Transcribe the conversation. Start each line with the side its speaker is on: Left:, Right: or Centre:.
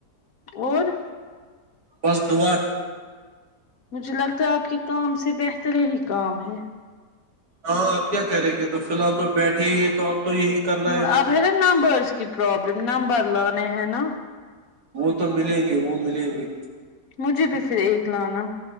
Left: اور
Right: بس دعا
Left: مجھے لگتا ہے آپ کے کام سے بہتر ہی کام ہے
Right: ہاں آپ کیا کریں گے تو فی الحال تو بیٹھے ہی ہیں تو اب تو یہی کرنا ہے
Left: اب ہے نا نمبرس کی پروابلم نمبر لانے ہے نا
Right: وہ تو ملیں گے وہ ملیں گے
Left: مجھے بھی پھر ایک لانا